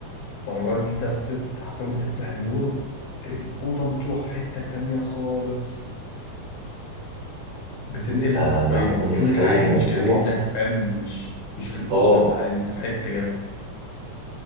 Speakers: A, on the left (about 75°); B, on the right (about 70°).
A: مع مجرد ان انت بس بت- حرفيا بتفتح النور الأوضة بتروح في حتة تانية خالص بتنقلها
B: انا
A: حرفيا
B: أنا عامه متخيل
A: كأنك عايش
B: الموضوع
A: كده كأنك
B: متخ...
A: فاهم مش مش في الأوضة
B: اه
A: انت انت في حتة كده